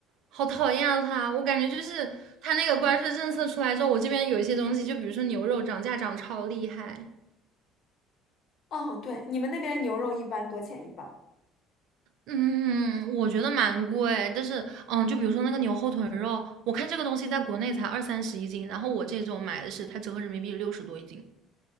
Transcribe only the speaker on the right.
好讨厌啊他！我感觉就是他那个关税政策出来之后，我这边有一些东西，就比如说牛肉涨价涨超厉害。
嗯，我觉得蛮贵，但是，嗯，就比如说那个牛后腿肉，我看这个东西在国内才二三十一斤，然后我这种买的是它折合人民币六十多一斤。